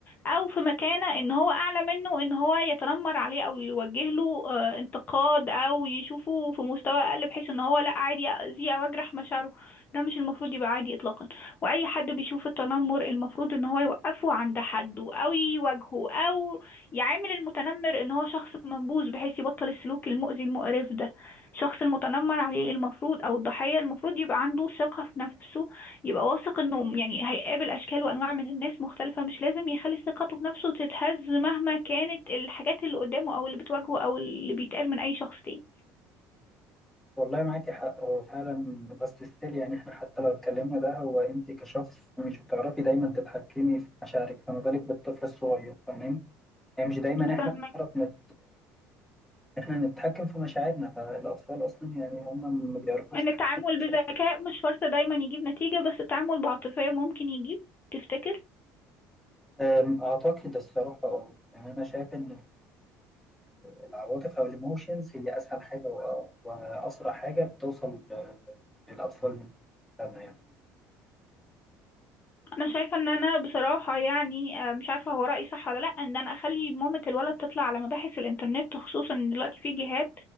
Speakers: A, on the left (about 30°); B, in the centre.
A: او في مكانة ان هو اعلى منه ان هو يتنمر عليه او يوجه له آه، انتقاد او يشوفه في مستوى اقل بحيث ان هو لا عادي يأذيه او يجرح مشاعره ده مش المفروض يبقى عادي اطلاقا واي حد بيشوف التنمر المفروض ان هو يوقفه عند حده او يواجهه او يعامل المتنمر ان هو شخص منبوذ بحيث يبطل السلوك المؤذي المقرف ده الشخص المتنمر عليه المفروض او الضحية المفروض يبقى عنده ثقة في نفسه يبقى واثق انه يعني هيقابل اشكال وانواع من الناس مختلفة مش لازم يخلي ثقته في نفسه تتهز مهما كانت الحاجات اللي قدامه او اللي بتواجهه او اللي بيتقال من اي شخص تاني
B: والله معاكي حق هو فعلا بس ستيل يعني احنا حتى لو اتكلمنا ده هو انت كشخص مش بتعرفي دايما تتحكمي في مشاعرك فما بالك بالطفل الصغير تمام يعني مش دايما احنا
A: فاهمك
B: بنعرف نت... احنا نتحكم في مشاعرنا فالاطفال اصلا يعني هم ما بيعرفوش
A: ان
B: يتحكموا
A: التعامل
B: في مشاعرهم
A: بذكاء مش شرط دايما يجيب نتيجة بس التعامل بعاطفية ممكن يجيب تفتكر
B: أم، اعتقد الصراحه اه يعني انا شايف ان العواطف او الايموشنز هي اسهل حاجه وأ- واسرع حاجه بتوصل للاطفال من خلالها يعني
A: انا شايفه ان انا بصراحه يعني آه، مش عارفه هو رايي صح ولا لا ان انا اخلي مامه الولد تطلع على مباحث الانترنت خصوصا ان دلوقتي في جهات